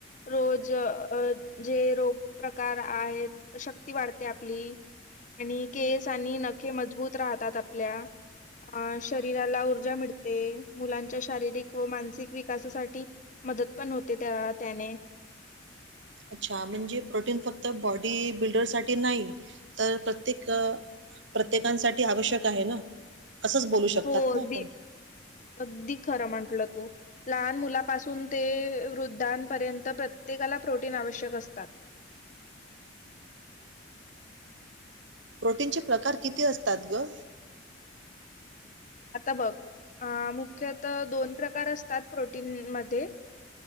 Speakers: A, on the left (about 40°); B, on the right (about 70°).
A: रोज अ जे रोग प्रकार आहेत शक्ती वाढते आपली आणि केस आणि नखे मजबूत राहतात आपल्या अ शरीराला ऊर्जा मिळते मुलांच्या शारीरिक व मानसिक विकासासाठी मदत पण होते त्या त्याने
B: अच्छा म्हणजे प्रोटीन फक्त बॉडी बिल्डर साठी नाही तर प्रत्येक प्रत्येकांसाठी आवश्यक आहे ना असंच बोलू शकतात
A: हो
B: ना
A: अगदी
B: आपण
A: अगदी खरं म्हटलं तू लहान मुलापासून ते वृद्धांपर्यंत प्रत्येकाला प्रोटीन आवश्यक असतात
B: प्रोटीन चे प्रकार किती असतात ग
A: आता बघ मुख्यत दोन प्रकार असतात प्रोटीन मध्ये